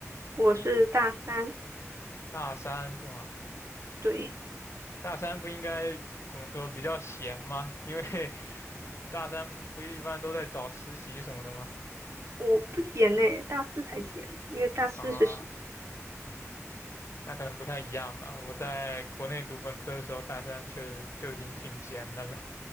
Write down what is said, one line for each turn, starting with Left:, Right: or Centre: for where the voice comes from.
Right: 我是大三，
Left: 大三是吗？
Right: 对，
Left: 大三不应该怎么说比较闲吗？<laughs> 因为大三不不一般都在找实习什么的吗？
Right: 我不闲呢，大四才闲，因为大四是是
Left: 啊，那可能不太一样吧。我在国内读本科的时候，大三确实就已经挺闲的了。